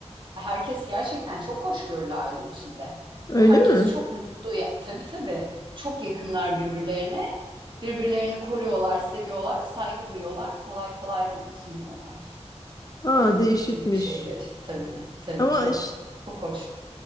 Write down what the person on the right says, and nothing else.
herkes gerçekten çok hoşgörülü aile içinde.
Ve herkes
çok mutlu. Ya, tabii tabii çok yakınlar birbirlerine. Birbirlerini koruyorlar, seviyorlar, saygı duyuyorlar. Kolay kolay da üzmüyorlar.
Yani
küçücük şeyler işte, tabii tabii
çok
çok hoş.